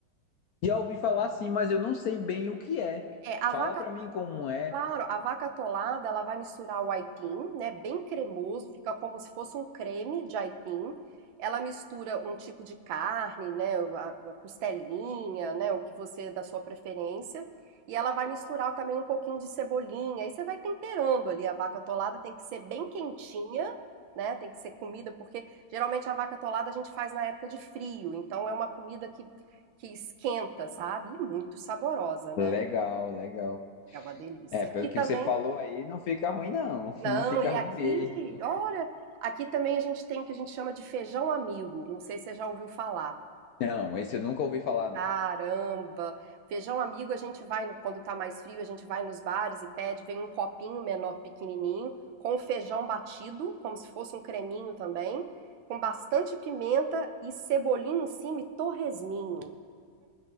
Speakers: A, on the left; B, on the right.
A: Já ouvi falar sim, mas eu não sei bem o que é.
B: É, a
A: Fala
B: vaca
A: pra mim como é.
B: Claro, a vaca atolada, ela vai misturar o aipim, né, bem cremoso, fica como se fosse um creme de aipim. Ela mistura um tipo de carne, né, a a costelinha, né, o que você da sua preferência, e ela vai misturar também um pouquinho de cebolinha. Aí você vai temperando ali a vaca atolada, tem que ser bem quentinha, né, tem que ser comida porque geralmente a vaca atolada a gente faz na época de frio, então é uma comida que que esquenta, sabe? E muito saborosa,
A: Legal,
B: né?
A: legal.
B: É uma delícia.
A: É, pelo
B: Aqui
A: que
B: também
A: você falou aí, não fica ruim, não. <laughs>
B: não,
A: Não fica
B: e
A: ruim
B: aqui,
A: mesmo.
B: olha, aqui também a gente tem o que a gente chama de feijão amigo. Não sei se você já ouviu falar.
A: Não, esse eu nunca ouvi falar, não.
B: Caramba! Feijão amigo, a gente vai, no- quando tá mais frio, a gente vai nos bares e pede, vem um copinho menor, pequenininho, com feijão batido, como se fosse um creminho também, com bastante pimenta e cebolinha em cima e torresminho.